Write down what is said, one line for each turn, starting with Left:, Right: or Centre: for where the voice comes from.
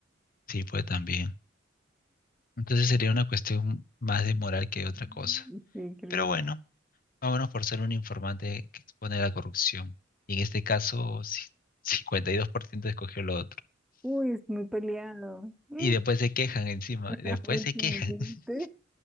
Left: Sí, puede también. Entonces sería una cuestión más de moral que de
Centre: Mm,
Left: otra cosa.
Centre: Sí, creo
Left: Pero
Centre: que-
Left: bueno, vámonos por ser un informante que expone la corrupción. Y en este caso, <laughs> sí, 52% escogió lo otro.
Centre: Uy, es muy peleado. Mm,
Left: Y después se quejan encima,
Centre: <laughs>
Left: después
Centre: es
Left: se
Centre: un
Left: quejan. <laughs>
Centre: chiste.